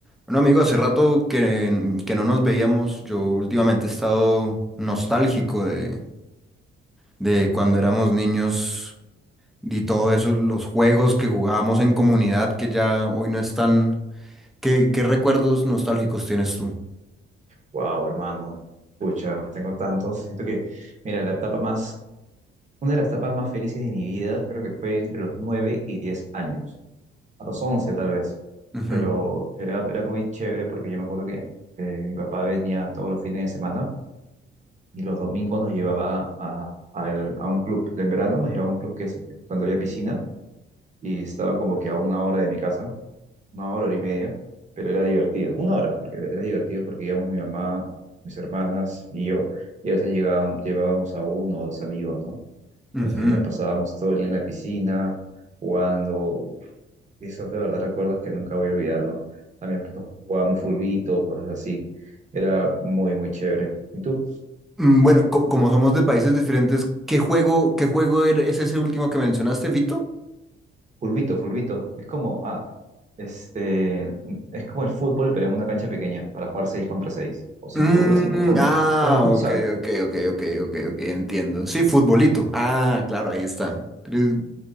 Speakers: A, in the centre; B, on the right.
A: Bueno, amigo, hace rato que, que no nos veíamos. Yo últimamente he estado nostálgico de, de cuando éramos niños y todo eso, los juegos que jugábamos en comunidad que ya hoy no están. ¿Qué, qué recuerdos nostálgicos tienes tú?
B: Wow, hermano. Pucha, tengo tantos. Siento que, mira, la etapa más, una de las etapas más felices de mi vida, creo que fue entre los 9 y 10 años, a los 11 tal vez,
A: Ujú,
B: pero era, era muy chévere porque yo me acuerdo que eh, mi papá venía todos los fines de semana y los domingos nos llevaba a, a el- a un club. En verano nos llevaba a un club que es cuando había piscina y estaba como que a una hora de mi casa una hora, hora y media, pero era divertido. Una hora, porque era divertido porque íbamos mi mamá, mis hermanas y yo, y a veces llegaban- llevábamos a uno o dos amigos, ¿no?
A: ujú.
B: Entonces la pasábamos todo el día en la piscina, jugando, y son de verdad recuerdos que nunca voy a olvidar, ¿no? También pues, jugábamos fulbito, cosas así. Era muy, muy chévere. ¿Y tú?
A: Mm, Bueno, co- como somos de países diferentes, ¿qué juego, qué juego er- es ese último que mencionaste, Vito?
B: Fulbito, fulbito. Es como, ah, este, es como el fútbol, pero en una cancha pequeña, para jugar 6 contra 6 o 5
A: Mm,
B: contra 5. ¿Cómo?
A: ah,
B: Como el futsal,
A: ok, ok, ok, ok, ok, ok, entiendo. Sí, futbolito. Ah, claro, ahí está. Eh,